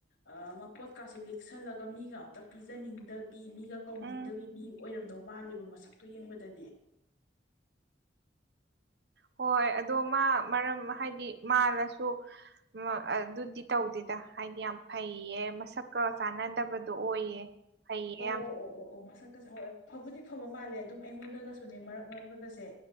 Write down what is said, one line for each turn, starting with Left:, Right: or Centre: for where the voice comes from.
Left: ꯑꯥ ꯃꯄꯣꯠꯀꯥꯁꯦ ꯂꯤꯛꯁꯜꯂꯒ ꯃꯤ ꯃꯤꯒ ꯑꯝꯇ ꯄꯤꯖꯅꯤꯡꯗ ꯕꯤ ꯃꯤꯒ ꯀꯧꯅꯤꯡꯗꯕꯤ
Right: ꯎꯝ
Left: ꯃꯤ ꯑꯣꯏꯔꯝꯗꯧ ꯃꯥꯂꯦꯕ ꯃꯁꯛꯇꯣ ꯌꯦꯡꯕꯗꯗꯤ꯫
Right: ꯍꯣꯏ ꯑꯗꯣ ꯃꯥ ꯃꯔꯝ ꯍꯥꯏꯗꯤ ꯃꯥꯜꯂꯁꯨ ꯃꯥ ꯑꯗꯨꯗꯤ ꯇꯧꯗꯦ꯫ ꯌ ꯍꯥꯏꯗꯤ ꯌꯥꯝ ꯐꯩꯌꯦ ꯃꯁꯛꯀ ꯆꯥꯟꯅꯗꯕꯗꯣ ꯑꯣꯏꯌꯦ꯫ ꯐꯩꯌꯦ
Left: ꯑꯣ-ꯑꯣ-ꯑꯣ-ꯑꯣ-ꯑꯣ
Right: ꯌꯥꯝ
Left: ꯃꯁꯛ <unintelligible> ꯐꯕꯨꯗꯤ ꯐꯕ ꯃꯥꯜꯂꯦ ꯑꯗꯨꯝ ꯑꯩꯉꯣꯟꯗꯒꯁꯨꯅꯦ ꯃꯔꯛ ꯃꯔꯛꯂꯒꯁꯦ